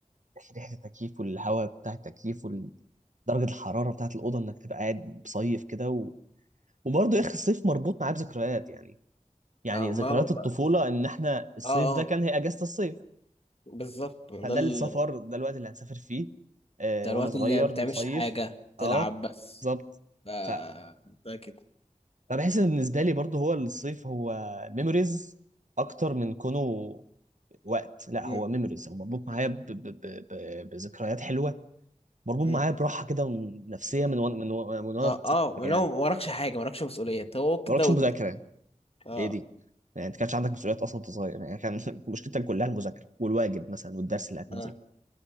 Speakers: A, on the right; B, on the left.
A: آه، ريحه التكييف والهواء بتاع التكييف ودرجه الحراره بتاعه الاوضه انك تبقى قاعد مصيف كده و... وبرضه يا اخي الصيف مربوط معاه بذكريات يعني يعني
B: اه
A: ذكريات
B: ما هو
A: الطفوله
B: ما-
A: ان احنا الصيف
B: اه
A: ده
B: اه
A: كان هي اجازه الصيف
B: بالظبط
A: فده
B: ده
A: السفر
B: ال...
A: ده الوقت اللي هنسافر فيه آه
B: ده
A: وانا
B: الوقت
A: صغير
B: اللي ما بتعملش
A: نصيف
B: حاجة تلعب
A: اه
B: بس
A: بالظبط
B: ف-
A: ف-
B: ده كده
A: فبحس ان بالنسبه لي برضه هو الصيف هو ميموريز اكتر من كونه وقت لا
B: مم.
A: هو ميموريز هو مربوط معايا ب... ب... ب... ب... بذكريات حلوه مربوط
B: مم.
A: معايا براحه كده من- نفسيه من وانا من وانا من وانا
B: اه
A: في الطفولة
B: اه ما
A: يعني
B: لو ما وراكش حاجة ما وراكش مسؤولية هو كده
A: ما وراكش
B: وده
A: مذاكره
B: اه
A: ايه دي يعني انت كانش عندك مسؤوليات اصلا وانت صغير يعني كان <laughs> مشكلتك كلها المذاكره والواجب مثلا والدرس اللي هتنزله
B: اه